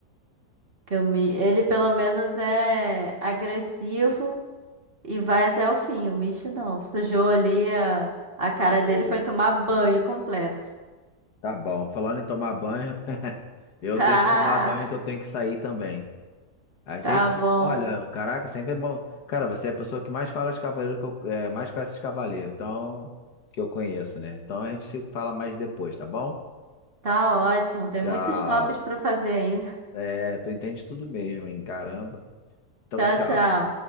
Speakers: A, on the right; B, on the left.
A: Que o Mi- ele pelo menos é agressivo. E vai até o fim, o Michi não. Sujou ali a, a cara
B: E
A: dele, foi tomar banho completo.
B: tá bom. Falando em tomar banho, <laughs> eu
A: <laughs> Ah,
B: tenho que tomar banho que eu tenho que sair também. A gente,
A: tá bom.
B: olha, caraca, sempre é bom. Cara, você é a pessoa que mais fala de cavaleiro, que eu, é, mais conhece de cavaleiro, então, que eu conheço, né? Então a gente se fala mais depois, tá bom?
A: Tá ótimo. Tem
B: Tchau.
A: muitos tops pra fazer ainda.
B: É, tu entende tudo mesmo, hein? Caramba. Então,
A: Tchau,
B: tchau.
A: tchau.